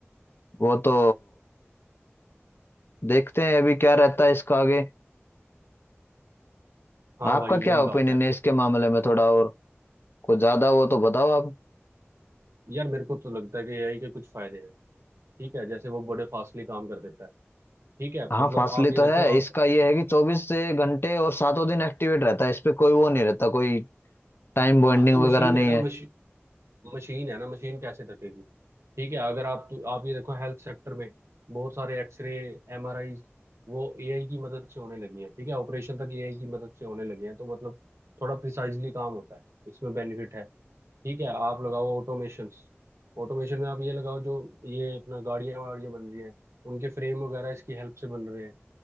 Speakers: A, on the left; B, on the right.
A: वो तो देखते हैं अभी क्या रहता है इसका आगे
B: हाँ
A: आपका
B: भाई वही
A: क्या
B: बात
A: ओपिनियन
B: है
A: है इसके मामले में थोड़ा और कुछ ज्यादा वो तो बताओ आप
B: यार मेरे को तो लगता है कि एआई के कुछ फायदे हैं ठीक है जैसे वो बड़े फास्टली काम कर देता है ठीक है
A: हाँ
B: मतलब
A: फासले
B: आप
A: तो
B: ये देखो
A: है
B: आप
A: इसका ये है कि चौबीस से घंटे और सातों दिन एक्टिवेट रहता है इस पे कोई वो नहीं रहता कोई टाइम बॉन्डिंग
B: हाँ तो मशीन
A: वगैरह नहीं
B: है ना
A: है
B: मशीन मशीन है ना मशीन कैसे थकेगी ठीक है अगर आप तो आप ये देखो हेल्थ सेक्टर में बहुत सारे एक्सरे एमआरआई वो एआई की मदद से होने लगी हैं ठीक है ऑपरेशन तक एआई की मदद से होने लगे हैं तो मतलब थोड़ा प्रिसाइजली काम होता है इसमें बेनिफिट है ठीक है आप लगाओ ऑटोमेशन ऑटोमेशन में आप ये लगाओ जो ये अपना गाड़ियां वाड़ियां बन रही हैं उनके फ्रेम वगैरह इसकी हेल्प से बन रहे हैं